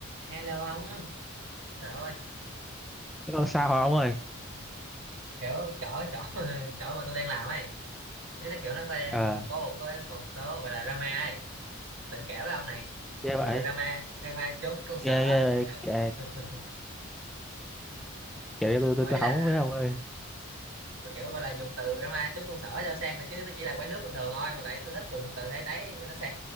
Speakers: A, on the right; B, in the centre.
A: hello ông á trời ơi
B: nó sao hả ông ơi
A: kiểu chỗ chỗ <laughs> chỗ mà tôi đang làm ấy đấy là kiểu nó có
B: ờ
A: có một cái một số gọi là drama ấy định kể với ông này
B: ghê vậy
A: gọi là drama drama trốn công sở
B: ghê ghê vậy kể
A: <laughs>
B: kể để tôi tôi
A: mấy
B: tôi
A: là
B: hóng với ông ơi
A: mà kiểu gọi là dùng từ drama trốn công sở cho sang rồi chứ nó chỉ là quán nước bình thường thôi mà tại tôi thích dùng từ thế đấy cho nó sang